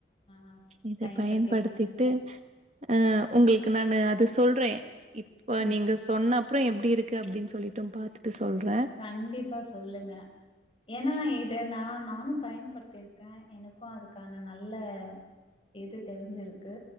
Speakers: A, on the left; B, on the right.
A: ஆ
B: இத
A: பயன்படுத்தி
B: பயன்படுத்திட்டு
A: பாருங்க
B: அ உங்களுக்கு நான்னு அத சொல்ற இப்ப
A: ம்
B: நீங்க சொ சொன்ன அப்றோ எப்டி இருக்கு அப்டின்னு சொல்லிட்டு பாத்துட்டு சொல்ற
A: கண்டிப்பா சொல்லுங்க ஏன்னா இத நா நானு பயன்படுத்திருக்க எனக்கு அதுக்கான நல்ல இது தெரிஞ்சிருக்கு